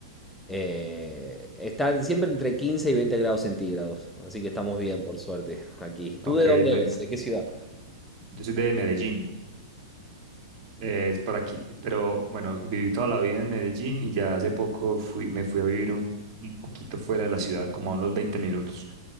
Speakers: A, in the centre; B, on the right.
A: eh, está siempre entre 15 y 20 grados centígrados, así que estamos bien, por suerte, aquí. ¿Tú
B: ok.
A: de dónde
B: ven-
A: eres? ¿De qué ciudad?
B: Yo soy de Medellín, eh, es por aquí, pero bueno, viví toda la vida en Medellín y ya hace poco fui, me fui a vivir un, un poquito fuera de la ciudad, como a unos 20 minutos.